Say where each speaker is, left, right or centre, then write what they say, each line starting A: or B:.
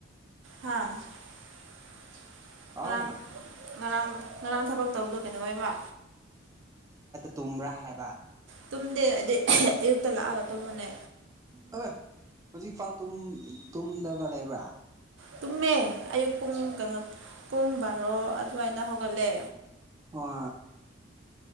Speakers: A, on the right; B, on the right.
A: ꯍꯥꯥ <inaudible> <unintelligible>
B: ꯑꯧ
A: ꯉꯔꯥꯡ ꯉꯔꯥꯡ ꯉꯔꯥꯡ ꯊꯕꯛ ꯇꯧꯕꯗꯣ ꯀꯩꯗꯧꯋꯦꯕ
B: ꯇꯨꯝꯨꯕ꯭ꯔꯥ ꯍꯥꯢꯕ
A: ꯇꯨꯝꯗꯦ ꯍꯥꯏꯗꯤ ꯑꯌꯨꯛꯇ ꯂꯥꯛꯑꯒ ꯇꯨꯝꯕꯅꯦ
B: ꯍ ꯍꯧꯖꯤꯛ ꯐꯥꯎ ꯇꯨꯝꯗꯕ ꯂꯩꯕ꯭ꯔꯥ
A: ꯇꯨꯝꯃꯦ ꯑꯌꯨꯛ ꯄꯨꯡ ꯀꯩꯅꯣ ꯄꯨꯡ ꯕꯥꯔꯣ ꯑꯗꯨꯋꯥꯏꯗ ꯍꯧꯒꯠꯂꯦ
B: ꯑ